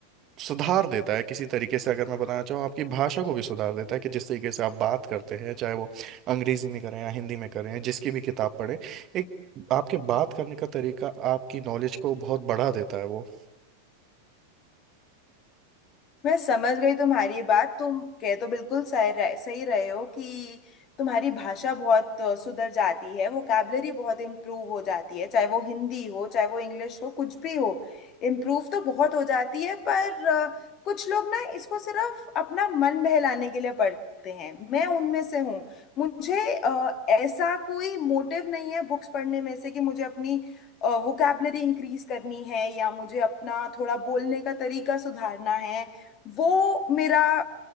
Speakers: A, on the right; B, on the left.
A: सुधार देता है किसी तरीके से अगर मैं बताना चाहूँ आपकी भाषा को भी सुधार देता है कि जिस तरीके से आप बात करते हैं चाहे वो अंग्रेजी में करें या हिंदी में करें जिसकी भी किताब पढ़ें एक आपके बात करने का तरीका आपकी नॉलेज को बहुत बढ़ा देता है वो
B: मैं समझ गई तुम्हारी बात तुम कह तो बिल्कुल सही रहे, सही रहे हो कि तुम्हारी भाषा बहुत अ, सुधर जाती है वोकैबलरी बहुत इम्प्रूव हो जाती है चाहे वो हिंदी हो चाहे वो इंग्लिश हो कुछ भी हो इम्प्रूव तो बहुत हो जाती है पर अ, कुछ लोग ना इसको सिर्फ अपना मन बहलाने के लिए पढ़ते हैं मैं उनमें से हूँ मुझे अ, ऐसा कोई मोटिव नहीं है बुक्स पढ़ने में से कि मुझे अपनी वोकैबलरी इंक्रीज करनी है या मुझे अपना थोड़ा बोलने का तरीका सुधारना है वो मेरा